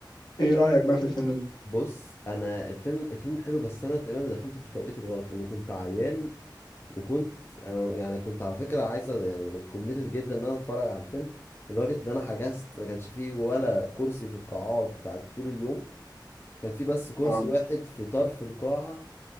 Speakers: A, on the left; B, on the left.
A: ايه رأيك بقى في الفيلم ده؟
B: بص انا الفيلم الفيلم حلو بس انا تقريبا دخلته في التوقيت الغلط لاني كنت عيان وكنت انا يعني كنت على فكره عايز أ- يعني كوميتد جدا ان انا اتفرج على الفيلم لدرجه ان انا حجزت ما كانش فيه ولا كرسي في القاعات بتاعت طول اليوم كان فيه بس كرسي
A: اه
B: واحد في طرف القاعه